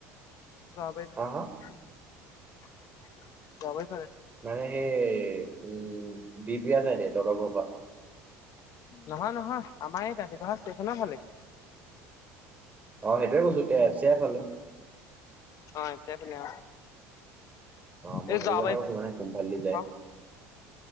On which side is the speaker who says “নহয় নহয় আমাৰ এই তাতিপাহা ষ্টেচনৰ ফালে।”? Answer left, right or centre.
Left